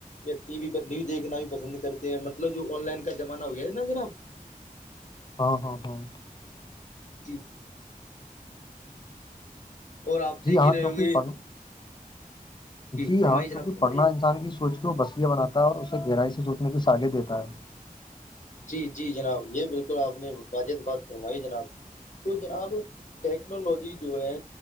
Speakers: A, on the left; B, on the left.
A: یا ٹی وی پر نیوز دیکھنا بھی پسند کرتے ہیں مطلب جو آن لائن کا زمانہ ہو گیا ہے نا جناب
B: ہاں ہاں ہاں
A: جی اور آپ دیکھ
B: جی ہاں
A: ہی رہے
B: کیونکہ
A: ہوں گے
B: پڑھ جی
A: فرمائیے
B: ہاں
A: جناب
B: کیونکہ
A: فرمائیے
B: پڑھنا انسان کی سوچ کے وہ بسییہ بناتا ہے اور اسے گہرائی سے سوچنے کی سالی دیتا ہے
A: جی جی جناب یہ بالکل آپ نے واجد بات فرمائی جناب تو جناب ٹیکنالوجی جو ہے